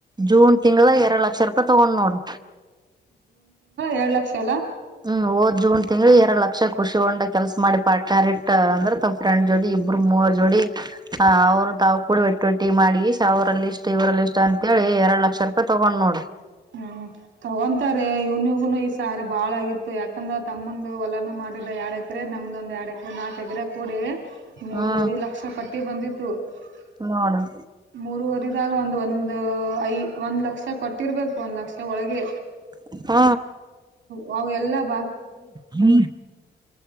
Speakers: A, on the right (about 20°); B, on the right (about 85°).
A: ಜೂನ್ ತಿಂಗಳ ಎರಡು ಲಕ್ಷ ರೂಪಾಯಿ ತಗೊಂಡ್ ನೋಡು
B: ಎರಡು ಲಕ್ಷ ಎಲ್ಲಾ
A: ಹ್ಮ್ ಓದ್ ಜೂನ್ ತಿಂಗ್ಳ ಎರಡ್ ಲಕ್ಷ ಕೃಷಿ ಹೊಂಡ ಕೆಲ್ಸ ಮಾಡಿ ಪಾರಿಟ್ ಅಂದ್ರ ತಮ ಫ್ರೆಂಡ್ ಜೋಡಿ ಇಬ್ರ ಮೂವರ್ ಜೋಡಿ ಅವ್ರು ತಾವ್ ಕೂಡ ಒಟ್ಟು ಒಟ್ಟಿ ಮಾಡಿ ಅವರಲ್ಲಿ ಇಷ್ಟ್ ಇವ್ರಲ್ಲಿ ಇಷ್ಟ್ ಅಂತೇಳಿ ಎರಡ್ ಲಕ್ಷ ರೂಪಾಯಿ ತಗೊಂಡ್ ನೋಡಿ
B: ಹ್ಮ್ ತಗೊಂತಾರೆ ಇವನ್ಗನು ಈ ಸಾರೆ ಬಾಳಗಿ ಯಾಕಂದ್ರ ತಮ್ಮಂದ ಹೂಲಾನು ಮಾಡಿದ ಎಡ ಎಕ ಎಕರೆ ನಮ್ದ ಒಂದ ಎರಡು ಎಕರೆ ನಾಕ್ ಎಕರೆ ಕೂಡಿ ಮೂರುವರಿ
A: ಹ್ಮ್
B: ಲಕ್ಷ ಪಟ್ಟಿ ಬಂದಿದ್ದು ಮತ್ತು
A: ನೋಡ್ರಿ
B: ಮೂರುುವರಿದಾಗ ಒಂದು ಒಂದ ಒಂದ್ ಐ ಒಂದ ಲಕ್ಷ ಕೊಟ್ಟಿರ್ಬೇಕು ಒಂದ್ ಲಕ್ಷ ಒಳಗೆ
A: <inaudible> ಹಾ
B: ವವು ಎಲ್ಲಾ ಬಂ
A: ಹ್ಮ